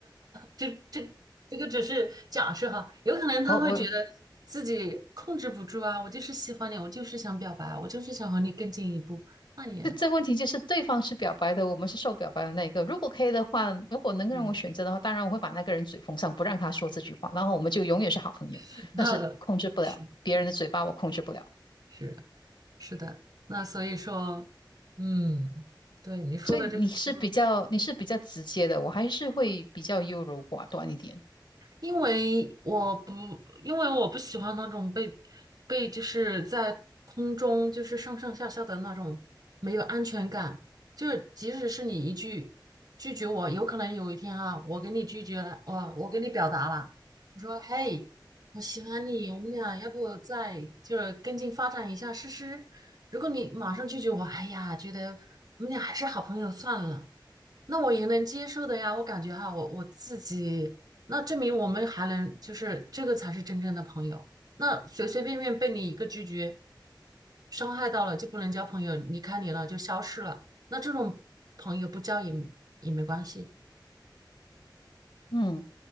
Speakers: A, on the right; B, on the left.
A: 这这这个只是假设哈，有可能他会觉得自己控制不住啊，
B: 我我。
A: 我就是喜欢你，我就是想表白啊，我就是想和你更进一步，那也嗯，
B: 这这问题就是对方是表白的，我们是受表白的那一个。如果可以的话，如果能够让我选择的话，
A: 对，
B: 当然我会把那个人嘴封上，不让他说这句话，然后我们就永远是好朋友。
A: <laughs> 那是
B: 但是控制不了别人的嘴巴，我控制不了。
A: 是是的，那所以说，嗯，对你说的这个情况。
B: 所以你是比较你是比较直接的，我还是会比较优柔寡断一点。
A: 因为我不，因为我不喜欢那种被被就是在空中就是上上下下的那种没有安全感，就是即使是你一句拒绝我，有可能有一天啊，我给你拒绝了，我我给你表达了，我说嘿，我喜欢你，我们俩要不再就是跟进发展一下试试？如果你马上拒绝我，哎呀，觉得我们俩还是好朋友算了。那我也能接受的呀，我感觉哈，我我自己，那证明我们还能，就是这个才是真正的朋友。那随随便便被你一个拒绝，伤害到了就不能交朋友，离开你了就消失了。那这种朋友不交也也没关系，
B: 嗯，